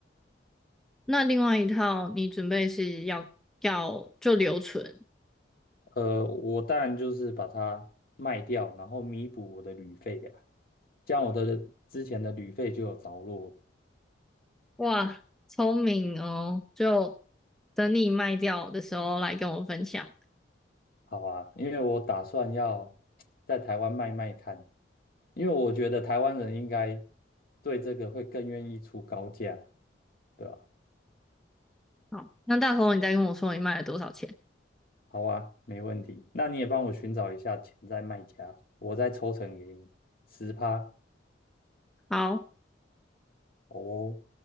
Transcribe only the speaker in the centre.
那另外一套你准备是要要就留存，
哇，聪明哦，就等你卖掉的时候来跟我分享。
好，那到时候你再跟我说你卖了多少钱。
好。